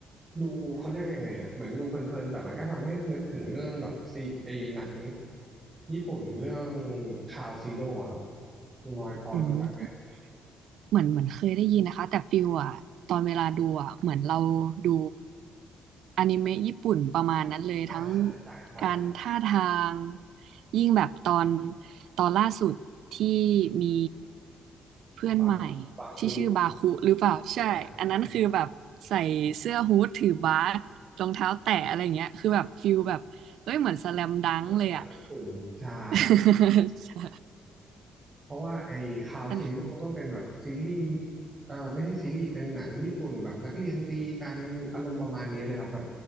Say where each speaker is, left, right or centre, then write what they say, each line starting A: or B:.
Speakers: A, on the right; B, on the right.
A: ดูเขาเรียกยังไงอ่ะเหมือนดูเพลินๆแต่มันก็ทำให้นึกถึงเรื่องแบบซีไอหนังญี่ปุ่นเรื่องคาวซีโร่ครับคุณน้อยพอรู้จักไหม
B: อืม เหมือนเหมือนเคยได้ยินนะคะแต่ฟิลอะตอนเวลาดูอะเหมือนเราดูอนิเมะญี่ปุ่นประมาณนั้นเลยทั้ง
A: อ่าใช่ใช่ใช่
B: การท่าทางยิ่งแบบตอนตอนล่าสุดที่มีเพื่อนใหม่
A: บาบาคุ
B: ที่ชื่อบาคุหรือเปล่าใช่อันนั้นคือแบบใส่เสื้อฮู้ดถือบาสรองเท้าแตะอะไรเงี้ยคือแบบฟิลแบบเอ้ยเหมือนสแลมดังก์เลยอะ
A: อ่าใช่ใช่หนังดังญี่ปุ่นใช่
B: <laughs> ใช่
A: เพราะว่าไอ้คาวซีโร่ก็เป็นแบบซีรีส์
B: สนุกดี
A: เอ่อไม่ใช่ซีรีส์เป็นหนังญี่ปุ่นแบบนักเรียนตีกันอารมณ์ประมาณนี้เลยครับแบบ